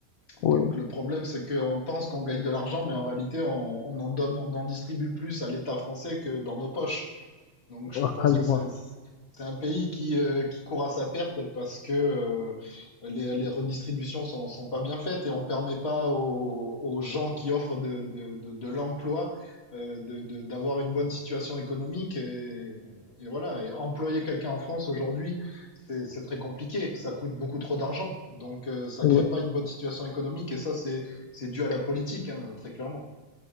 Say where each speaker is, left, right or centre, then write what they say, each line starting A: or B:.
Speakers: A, on the left (about 80°); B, on the left (about 45°).
A: Oui,
B: Donc, le problème, c'est qu'on pense qu'on gagne de l'argent, mais en réalité, on, on en donne, on en distribue plus à l'État français que dans nos poches. Donc je
A: Ah,
B: pense que
A: je vois.
B: c'est c'est un pays qui, euh, qui court à sa perte parce que euh, les, les redistributions sont, sont pas bien faites et on permet pas aux, aux gens qui offrent de, de, de, de l'emploi euh, de, de- d'avoir une bonne situation économique et, et voilà. Et employer quelqu'un en France aujourd'hui, c'est, c'est très compliqué. Ça coûte beaucoup trop d'argent. Donc euh, ça
A: Oui.
B: crée pas une bonne situation économique et ça c'est, c'est dû à la politique, hein, très clairement.